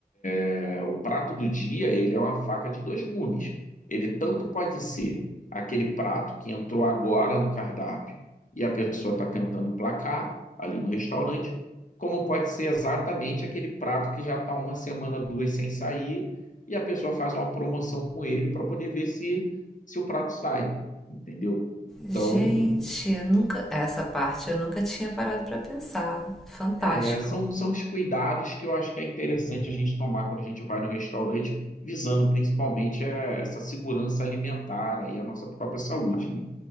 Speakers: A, on the left; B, in the centre.
A: É, o prato do dia ele é uma faca de dois gumes. Ele tanto pode ser aquele prato que entrou agora no cardápio e a pessoa está tentando emplacar ali no restaurante, como pode ser exatamente aquele prato que já está uma semana, duas sem sair e a pessoa faz uma promoção com ele para poder ver se, se o prato sai, entendeu? Então,
B: Gente, eu nunca essa parte eu nunca tinha parado pra pensar. Fantástico,
A: É, são, são os cuidados que eu acho que é interessante a gente tomar quando a gente vai no restaurante, visando principalmente é, essa segurança alimentar aí, a nossa própria saúde, né?